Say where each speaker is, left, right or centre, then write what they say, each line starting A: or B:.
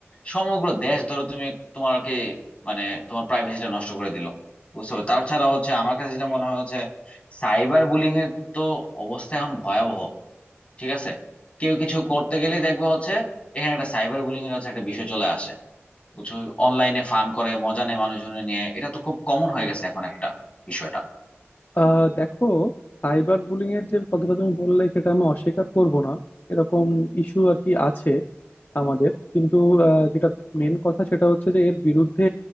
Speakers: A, on the left; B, on the left.
A: সমগ্র দেশ ধরো তুমি তোমাকে মানে তোমার প্রাইভেসিটা নষ্ট করে দিল বুঝতে পারছো তাছাড়া হচ্ছে আমার কাছে যেটা মনে হয় হচ্ছে সাইবার বুলিং এর তো অবস্থা এখন ভয়াবহ ঠিক আছে কেউ কিছু করতে গেলেই দেখবে হচ্ছে এখানে একটা সাইবার বুলিং এর হচ্ছে একটা বিষয় চলে আসে বুঝছো অনলাইনে ফান করে মজা নেয় মানুষজনের নিয়ে এটা তো খুব কমন হয়ে গেছে এখন একটা বিষয়টা
B: আহ দেখো সাইবার বুলিং এর যে কথাটা তুমি বললে সেটা আমি অস্বীকার করব না এরকম ইস্যু আর কি আছে আমাদের কিন্তু আহ, যেটা মেন কথা সেটা হচ্ছে যে এর বিরুদ্ধে